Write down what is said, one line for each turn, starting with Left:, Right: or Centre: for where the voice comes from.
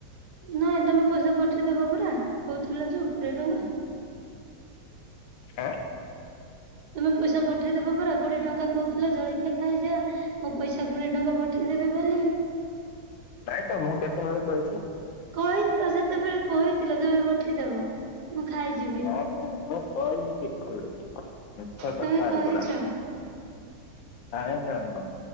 Right: ନାଇଁ ତମେ ପଇସା ପଠେଇଦବ ପରା କହୁଥିଲ ଯୋଉ କୋଡିଏ ଟଙ୍କା।
Left: ଆଁ?
Right: ତମେ ପଇସା ପଠେଇଦବ ପରା କୋଡିଏ ଟଙ୍କା କହୁଥିଲ ଜଳଖିଆ ଖାଇଯା। ମୁଁ ପଇସା କୋଡିଏ ଟଙ୍କା ପଠେଇଦେବି ବୋ ବୋଲି।
Left: ନାଇଁ ତ ମୁଁ କେତେବେଳେ କହିଛୁ।
Right: କହିଥିଲା ସେତେବେଳେ କହିଥିଲା ତମେ ପଠେଇଦବ। ମୁଁ ଖାଇଯିବି
Left: ନାଇଁ ନାଇଁ ମୁଁ କହିନି କିଛି ମିଛ କଥା
Right: ତମେ କହିଛ
Left: ଏଗୁଡା। ନାଇଁ ନା ନା।